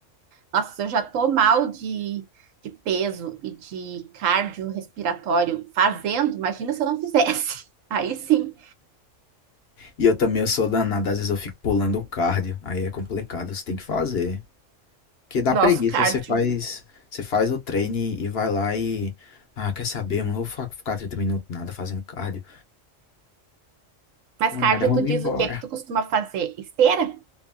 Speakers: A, on the right; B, on the left.
A: Nossa, eu já tô mal de, de peso e de cardio respiratório fazendo, imagina se eu não fizesse. <laughs> Aí sim,
B: E eu também eu sou danado, às vezes eu fico pulando o cardio, aí é complicado, você tem que fazer. Porque dá
A: nosso
B: preguiça,
A: cardio.
B: você faz, você faz o treino e vai lá e ah, quer saber, mano, vou fa- ficar 30 minutos nada fazendo cardio.
A: Mas
B: Ou
A: cardio,
B: nada, vamos
A: tu diz
B: embora.
A: o que é que tu costuma fazer? Esteira?